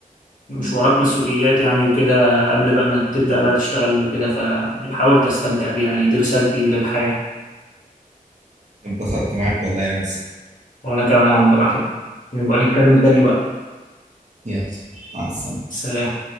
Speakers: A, on the left (about 65°); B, on the right (about 50°).
A: مش وراك مسؤوليات يعني وكده قبل بقى ما تبدأ بقى تشتغل وكده فحاول تستمتع بيها يعني دي رسالتي للحياة
B: اتبسطت معاك والله يا باسم
A: وأنا كمان عبد الرحمن يبقى نتكلم تاني بقى
B: يلا مع السلامة
A: سلام